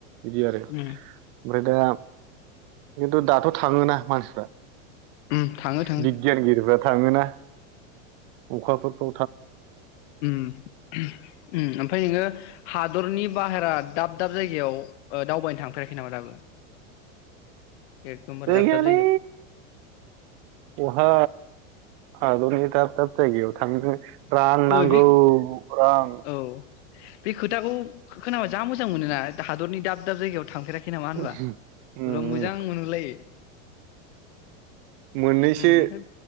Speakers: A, on the right; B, on the left.
A: बिदि आरो ओमफ्राय
B: उम
A: दा खिन्थु दाथ' थाङोना मानसिफ्रा
B: उम थाङो थाङो
A: बिगियानगिरिफ्रा थाङोना अखाफोरखौ
B: ओम ओम ओमफाय नोङो हादरनि बाहेरा दाब दाब जायगायाव ओ दावबायनो थांफेराखै नामा दाबो? एकदमबारे
A: गैयालै
B: दाब दाब जायगायाव
A: बहा हाबावनो दाब दाब जायगायाव थांनोनो रां नांगौ
B: ओ बे
A: रां
B: औ बे खोथाखौ खोनाबा जा मोजां मोनो ना हादरनि दाब दाब जायगायाव थांफेराखै नामा होनबा
A: उम उम
B: बोरैबा मोजां मोनगुलायो
A: मोननैसो
B: उम ओमफ्राय